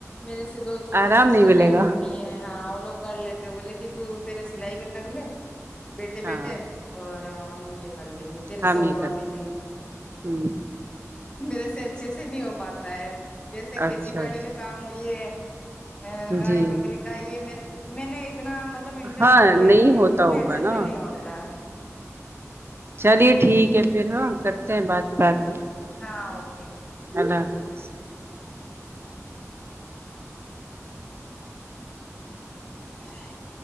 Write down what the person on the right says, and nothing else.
آرام
نہیں ملے
گا
ہاں
ہم
یہ کر
ہ
اچھا
اچھا
جی
ہاں
ہوتا
ہوگا
نا
چلیے ٹھیک ہے پھر ہاں کرتے ہیں بات بعد میں
اللہ حافظ